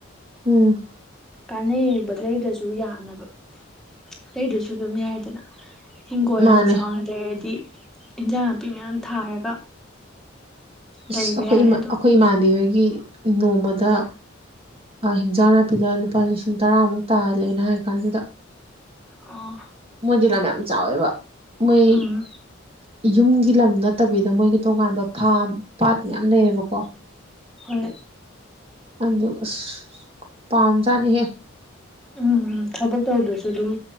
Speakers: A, on the right; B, in the centre.
A: ꯎꯝ
B: ꯀꯥꯟꯅꯩꯕ ꯂꯩꯗꯁꯨ ꯌꯥꯅꯕ ꯂꯩꯗꯁꯨ ꯑꯗꯨꯝ ꯌꯥꯏꯗꯅ ꯍꯤꯡꯈꯣꯜ
A: ꯃꯥꯅꯦ
B: ꯌꯥꯝ ꯆꯥꯎꯅ ꯂꯩꯩꯔꯗꯤ ꯏꯟꯖꯥꯡ ꯅꯥꯄꯤ ꯃꯌꯥꯝ ꯊꯥꯔꯒ
A: ꯑꯩꯈꯣꯏ
B: ꯂꯩꯕ ꯌꯥꯔꯦ ꯑꯗꯨꯝ
A: ꯑꯩꯈꯣꯏ ꯏꯃꯥꯟꯗꯤ ꯍꯣꯏꯒꯤ ꯅꯣꯡꯃꯗ ꯑ ꯍꯤꯟꯖꯥꯡ ꯅꯥꯄꯤꯗ ꯂꯨꯄꯥ ꯂꯤꯁꯤꯡ ꯇꯔꯥꯃꯨꯛ ꯇꯥꯍꯜꯂꯦꯅ ꯍꯥꯏ ꯀꯥꯟꯁꯤꯗ
B: ꯑꯣ
A: ꯃꯣꯏꯗꯤ ꯂꯝꯥ ꯌꯥꯝ ꯆꯥꯎꯋꯦꯕ ꯃꯣꯏ
B: ꯎꯝ
A: ꯌꯨꯝꯒꯤ ꯂꯝ ꯅꯠꯇꯕꯤꯗ ꯃꯣꯏꯒꯤ ꯇꯣꯉꯥꯟꯕ ꯐꯥꯝ ꯄꯥꯠ ꯃꯌꯥꯝ ꯂꯩꯌꯦꯕꯀꯣ
B: ꯍꯣꯏ
A: ꯑꯗꯨ ꯑꯁ ꯄꯥꯝꯖꯥꯅꯤꯍꯦ
B: ꯎꯝꯝ ꯊꯕꯛ ꯇꯧꯗꯁꯨ ꯑꯗꯨꯝ